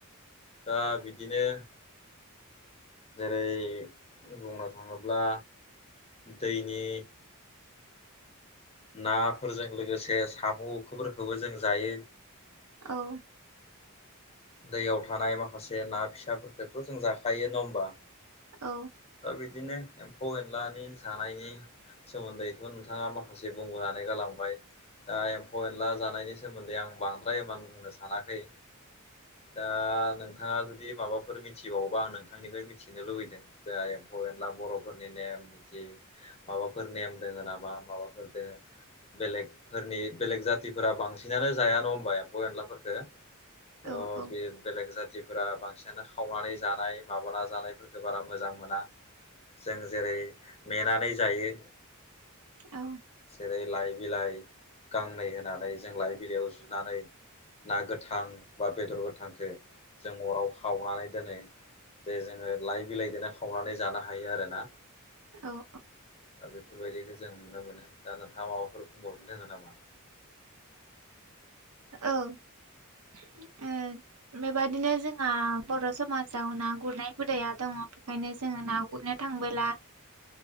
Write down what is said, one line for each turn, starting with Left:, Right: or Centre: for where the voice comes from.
Left: दा बिदिनो जेरै बुंनो थाङोब्ला दैनि नाफोरजों लोगोसे साम'फोरखौबो जों जायो
Right: औ
Left: दैयाव थानाय माखासे ना फिसाफोरखौथ' जों जाखायो नङा होमबा
Right: औ
Left: दा बिदिनो एम्फौ एनलानि जानायनि सोमोन्दैथ' नोंथाङा मा बुंनानै गालांबाय दा एम्फौ एनला जानायनि सोमोन्दै आं बांद्राय इमान बुंनो सानाखै दा नोंथाङा जुदि माबाफोर मिथिबावोबा आं नोंथांनिफ्राय मिथिनो लुबैदों जाय एमफौ एनला बर'फोरनि नेम निथि माबाफोर नेम दोङ नामा माबाफोर दोङो बेलेगफोरनि बेलेग जाथिफोरा बांसिनानो जाया न' होनबबाय एम्फौ एनलाफोरफोरखौ थ
Right: औ
Left: बे बेलेग जाथिफोरा बांसिनानो खावनानै जानाय माबाना जानाय बारा मोजां मोना जों जेरै नेेनानै जायो
Right: औ
Left: जेरै लाइ बिलाइ गांनै होनानै जों लाइ बिलाइयाव जुनानै ना गोथां बा बेदर गोथांखौ जों अराव हावनानै दोनो जे जोङो लाइ बिलाइजोंनो खावनानै जानो हायो आरोना
Right: औ
Left: दा बेफोरबायदिखौ जों नुनो मोनो दा नोंथाङा माबाफोर बुंबावनो दोङो नामा?
Right: औ ओ बेबायदिनो जोंहा बर' समाजाव ना गुरनाय हुदाया दङ बेखायनो जोङो ना गुरनाय थांबोला